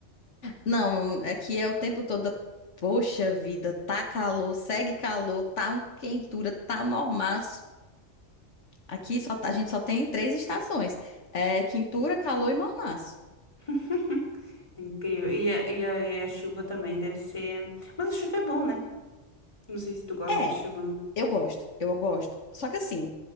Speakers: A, on the left (about 80°); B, on the left (about 25°).
A: Não, aqui é o tempo todo. Poxa vida, tá calor, segue calor, tá um quentura, tá normal. Aqui só, tá- a gente só tem três estações: é, quintura, calor e mormaço.
B: <laughs> Incrível. E a, e a, e a chuva também deve ser. Mas a chuva é bom, né? Não sei se tu gosta
A: É,
B: de chuva ou não.
A: eu gosto, eu gosto. Só que assim,